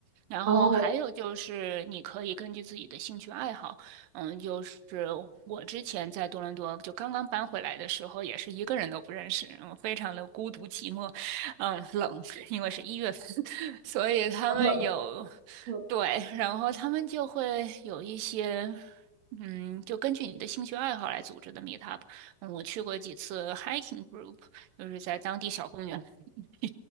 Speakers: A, on the right; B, on the right.
A: 然后还有就是，
B: 哦，
A: 你可以根据自己的兴趣爱好，嗯，就是我之前在多伦多就刚刚搬回来的时候，也是一个人都不认识，嗯，非常的孤独寂寞。嗯，冷，因为是一月份，<laughs> 所以他们有，
B: 很冷。嗯，
A: 对，然后他们就会有一些，嗯，就根据你的兴趣爱好来组织的 meetup。嗯，我去过几次 hiking group，就是在当地小公园，<laughs>